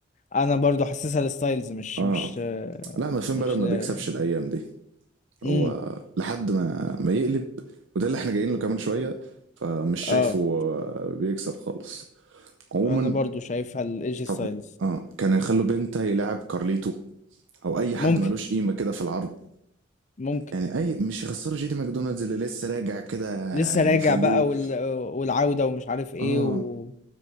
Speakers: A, on the left; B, on the right.
A: انا برضو حاسسها للستايلز مش
B: اه
A: مش آه،
B: لا ما فين
A: مش
B: بالور ما
A: ل...
B: بيكسبش الايام دي
A: امم
B: هو لحد ما ما يقلب وده اللي احنا جايين له كمان شويه فمش شايفه
A: اه
B: آه، بيكسب خالص عموما
A: انا برضو شايفها لايجي
B: طب
A: ستايلز
B: اه كان يخلوا بنتا يلعب كارليتو او اي حد
A: ممكن
B: ملوش قيمه كده في العرض
A: ممكن
B: يعني اي مش يخسروا جيدي ماكدونالدز اللي لسه راجع كده
A: لسه
B: يخلوه
A: راجع بقى وال... والعودة ومش عارف ايه
B: اه
A: و...